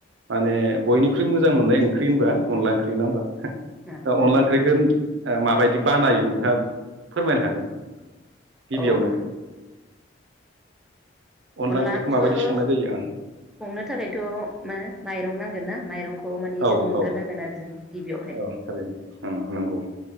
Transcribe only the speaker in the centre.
उम
औ ओ
अनलाखौस'
संनो
थाखायथ' मा माइरं नांगोन ना माइरंखौ खौ माने
सम नुग्रोनांगोन
आरो जों गिबियावहाय